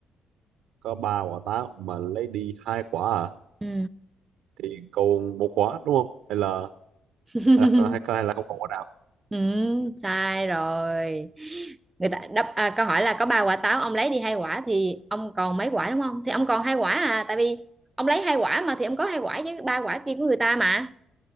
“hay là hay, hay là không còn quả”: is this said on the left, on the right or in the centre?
Right